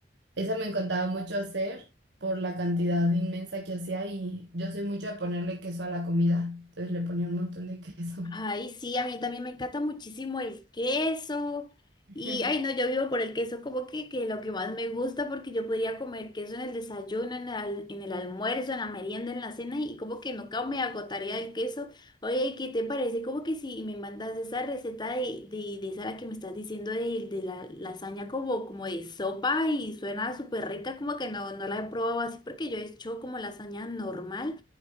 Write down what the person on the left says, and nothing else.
Ay, sí, a mí también me encanta muchísimo el queso.
Y, ay, no, yo vivo por el queso, como que, que lo que más me gusta, porque yo podría comer queso en el desayuno, en el, al- en el almuerzo, en la merienda, en la cena, y como que nunca me agotaría del queso. Oye, ¿qué te parece? Como que si me mandas esa receta de, de, de esa la que me estás diciendo de, de la lasaña como, como de sopa y suena súper rica, como que no, no la he probado así, porque yo he hecho como lasaña normal.